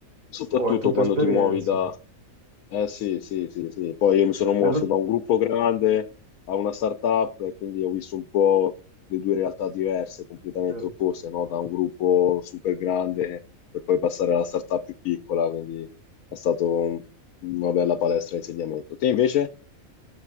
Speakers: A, on the left (about 85°); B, on the right (about 70°).
A: soprattutto
B: Oh, è tutta
A: quando
B: esperienza.
A: ti muovi eh sì, sì, sì, sì. Poi io mi sono mosso
B: Nello...
A: da un gruppo grande a una startup e quindi ho visto un po' le due realtà diverse, completamente
B: sì.
A: opposte, no? Da un gruppo super grande per poi passare alla startup più piccola, quindi è stato un- una bella palestra di insegnamento. Te invece?